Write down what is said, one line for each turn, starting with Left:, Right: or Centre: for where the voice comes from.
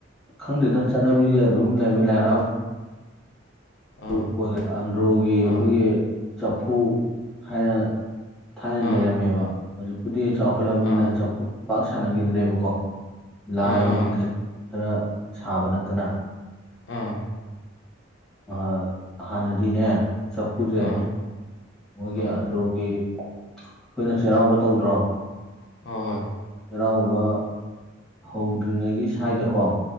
Centre: ꯈꯪꯗꯦꯗ ꯆꯠꯅꯕꯤꯁꯦ ꯑꯗꯨꯝ ꯂꯩꯔꯃꯤ ꯂꯥꯏ ꯍꯔꯥꯎ
Left: ꯑꯥ
Centre: <unintelligible> ꯑꯟꯗ꯭ꯔꯣꯒꯤ ꯑꯩꯈꯣꯏꯒꯤ
Left: ꯑꯥ
Centre: ꯆꯐꯨ ꯍꯥꯏꯅ ꯊꯥꯏꯅ
Left: ꯑꯥ
Centre: ꯂꯩꯔꯝꯃꯦꯕ ꯍꯧꯖꯤꯛꯄꯨꯗꯤ ꯆꯥꯎꯈꯠꯂꯕꯅꯤꯅ
Left: ꯑꯥ
Centre: ꯆꯥꯐꯨ ꯄꯥꯛ ꯁꯥꯟꯅꯈꯤꯗ꯭ꯔꯦꯕꯀꯣ ꯂꯥꯏꯒꯤ
Left: ꯑꯥ ꯑꯥ ꯑꯥ
Centre: ꯀ ꯈꯔ ꯁꯥꯕ ꯅꯠꯇꯅ
Left: ꯑꯥ
Centre: ꯑ ꯍꯥꯟꯅꯗꯤꯅꯦ ꯅꯥꯐꯨꯁꯦ
Left: ꯑꯥ
Centre: ꯃꯣꯏꯒꯤ
Left: ꯑꯥ
Centre: ꯑꯟꯗ꯭ꯔꯣꯒꯤ ꯑꯩꯈꯣꯏꯅ ꯆꯩꯔꯥꯎꯕ ꯇꯧꯗ꯭ꯔꯣ
Left: ꯍ ꯍꯣꯏ
Centre: ꯆꯩꯔꯥꯎꯕ ꯍꯧꯗ꯭ꯔꯤꯉꯩꯒꯤ ꯁ꯭ꯋꯥꯏꯗꯀꯣ